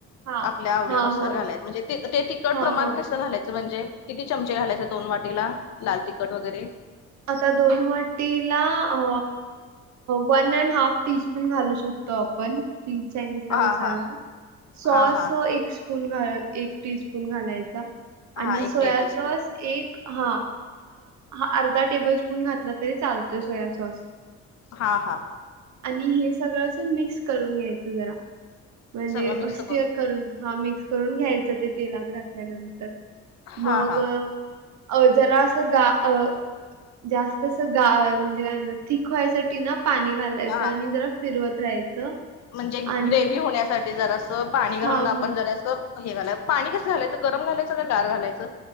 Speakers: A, on the right; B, on the left.
A: हां.
B: आपल्या आवडीनुसार
A: हां, होय.
B: घालायचं म्हणजे ते तिकट
A: हां,
B: प्रमाण
A: होय.
B: कसं घालायचं म्हणजे? किती चमचे घालायचं दोन वाटीला लाल तिखट वगैरे
A: आता दोन वाटीला अ one and half teaspoon घालू शकतो आपण चायनीज चा
B: हा
A: मसाला
B: हा
A: सॉस
B: हा हा
A: स्पून घाल एक टी स्पून घालायचा
B: हा
A: आणि
B: एक
A: सोया
B: टेबल स्पून
A: सॉस एक हा अर्धा टेबल स्पून घातला तरी चालतोय सोया सॉस
B: हा हा
A: आणि हे सगळं असं मिक्स करून घ्यायचं जरा म्हणजे
B: सगळं मिक्स
A: स्टीयर करून हा मिक्स करून घ्यायचं ते तेलात घातल्यानंतर
B: हा
A: मग
B: हा
A: अ जरासं गा अ जास्त अस गा म्हणजे काय म्हणता थीक व्हयसाठी ना पाणी घालायचं
B: हा
A: आणि जरा फिरवत राहायचं
B: म्हणजे
A: आणि
B: ग्रेव्ही होण्यासाठी जरास पाणी घालून
A: हा
B: आपण
A: होय
B: जराचं हे घालाय पाणी कसं घालायचं गरम घालायचं का गार घालायचं?